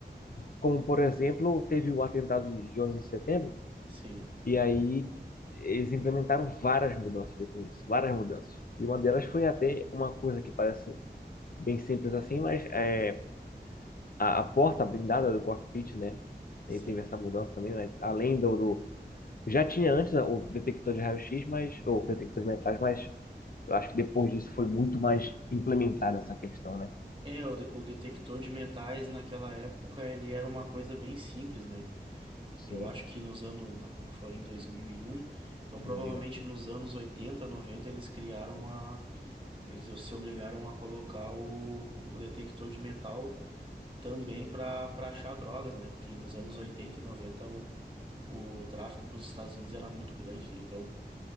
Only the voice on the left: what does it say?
como por exemplo teve o atentado de 11 de setembro
e aí eles implementaram várias mudanças depois disso, várias mudanças. E uma delas foi até uma coisa que parece bem simples assim, mas é a, a porta blindada do cockpit, né?
Aí teve essa mudança também, mas além do, do já tinha antes o detector de raio-x, mas ou detector de metais, mas Eu acho que depois disso foi muito mais implementada essa questão, né?
Sim,
meu,